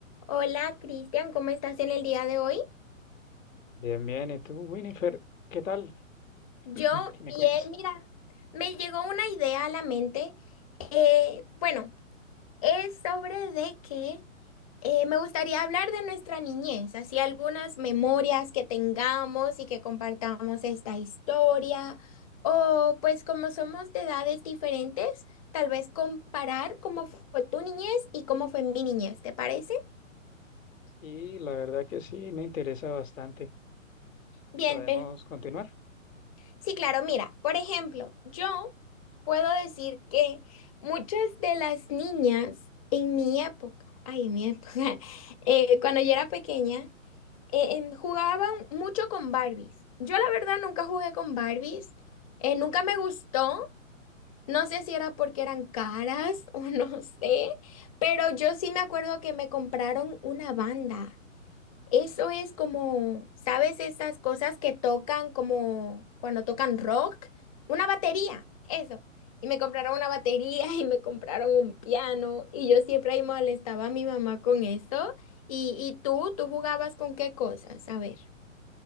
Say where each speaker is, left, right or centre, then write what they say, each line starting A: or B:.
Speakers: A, on the left (about 25°); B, on the left (about 70°).
A: Hola, Cristian, ¿cómo estás en el día de hoy?
B: Bien, bien. ¿Y tú, Winifred? ¿Qué tal?
A: Yo
B: <clears throat> ¿Qué me cuentas?
A: bien, mira, me llegó una idea a la mente. eh, bueno, es sobre de que eh, me gustaría hablar de nuestra niñez, así algunas memorias que tengamos y que compartamos esta historia, o pues como somos de edades diferentes, tal vez comparar cómo fue tu niñez y cómo fue mi niñez, ¿te parece?
B: Sí, la verdad que sí, me interesa bastante.
A: Bien,
B: ¿Podemos continuar?
A: Sí, claro, mira, por ejemplo, yo puedo decir que muchas de las niñas en mi época, ay, en mi época, <laughs> eh, cuando yo era pequeña, eh, em, jugaban mucho con Barbies. Yo la verdad nunca jugué con Barbies, eh, nunca me gustó, no sé si era porque eran caras <laughs> o no sé, pero yo sí me acuerdo que me compraron una banda. Eso es como, ¿sabes? Esas cosas que tocan como cuando tocan rock. Una batería, eso. Y me compraron una batería <laughs> y me compraron un piano y yo siempre ahí molestaba a mi mamá con eso. ¿Y, y tú, tú jugabas con qué cosas? A ver.